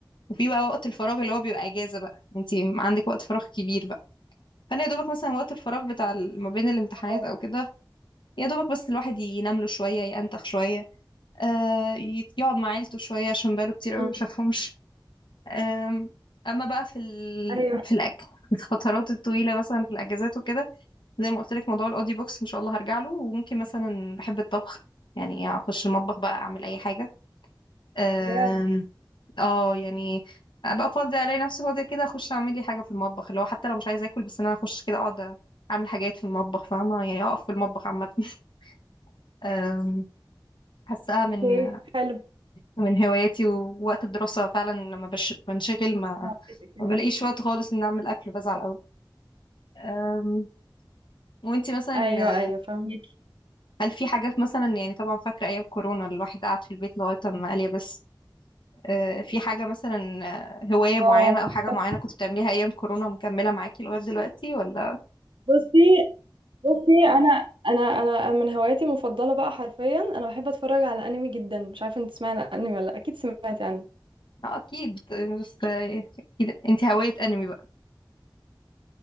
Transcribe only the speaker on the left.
وفي بقى وقت الفراغ اللي هو بيبقى اجازة بقى انت عندك وقت فراغ كبير بقى فانا يا دوبك مثلا وقت الفراغ بتاع ال- ما بين الامتحانات
او كده يا دوبك بس الواحد ينام له شوية ينتخ شوية آه يت- يقعد مع عيلته شوية عشان بقاله كتير قوي
ما شافهمش آم، اما بقى في ال...
في الاكل الفترات الطويلة مثلا في الاجازات وكده زي ما قلت لك موضوع الاوديو بوكس ان شاء الله هرجع له وممكن مثلا بحب الطبخ يعني اخش المطبخ بقى اعمل اي حاجه أم،
اه يعني ابقى فاضيه الاقي نفسي فاضيه كده اخش اعمل لي حاجه في المطبخ اللي هو حتى لو مش عايزه اكل بس انا اخش كده اقعد اعمل حاجات في المطبخ فاهمه يعني اقف في المطبخ عامه <laughs> أم، حاساها من
من هواياتي ووقت الدراسه فعلا لما بش... بنشغل ما
ما بلاقيش وقت خالص ان اعمل اكل بزعل قوي أم، وانتي مثلا
هل في حاجات مثلا يعني طبعا فاكرة أيام كورونا الواحد قعد في البيت لغاية ما قال يا بس آه، في حاجة مثلا آه، هواية
معينة أو حاجة
معينة كنت بتعمليها أيام كورونا مكملة معاكي لغاية دلوقتي ولا؟
اه أكيد يعني بس آه، أكيد أنت هواية أنمي بقى